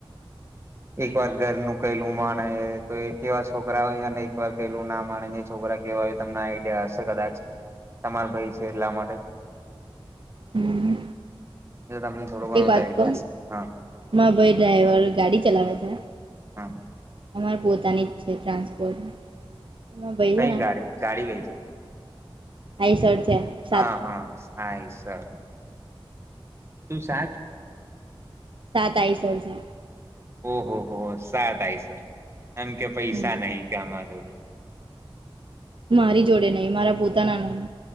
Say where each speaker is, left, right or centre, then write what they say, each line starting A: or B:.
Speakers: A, on the right; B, on the right.
A: એક વાર ઘરનું કલું માણે તો એક એવા છોકરા હોય અને એક વાર કલું ના માણે છોકરા કેવા હોય. તમને આઈડિયા હશે કદાચ તમાર ભાઈ છે એટલા માટે
B: હમ
A: જો તમને થોડો ઘણો
B: એક વાત
A: તો આઈડિયા
B: ક
A: હશે. હા
B: ભાઈ ડ્રાઈવર ગાડી ચલાવે છે.
A: હા
B: અર પોતાની છે ટ્રાન્સપોર્ટ. એમાં ભાઈ
A: નહી
B: છે ને
A: ગાડી ગાડી ગઈ છે?
B: આઈ શર્ટ છે. સાત
A: હા હા સરસ. શું સાત
B: સાત આ આવીસો હ છે.
A: ઓહો હો સા થાય સર આમ કે પૈસા
B: હમ
A: નહી કે આમા જોડે.
B: મારી જોડે નહીં. મારા પોતાના નહી